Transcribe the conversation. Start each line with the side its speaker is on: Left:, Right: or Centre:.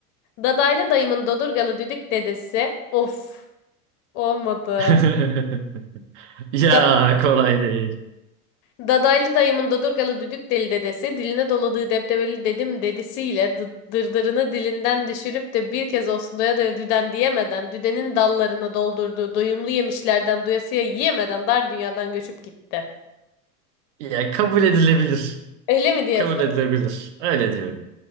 Left: Dadaylı dayımın dodurgalı düdük dedesi. Of, olmadı.
Right: <laughs> Ya
Left: Da-
Right: kolay değil.
Left: Dadaylı dayımın dodurgalı düdük deli dedesi diline doladığı deptebeli dedim dedisiyle dı- dırdırını dilinden düşürüp de bir kez olsun doya doya düden diyemeden düdenin dallarını doldurduğu doyumlu yemişlerden doyasıya yiyemeden dar dünyadan göçüp gitti.
Right: Ya kabul edilebilir.
Left: Öyle mi diyorsun?
Right: Kabul edilebilir. Öyle diyorum.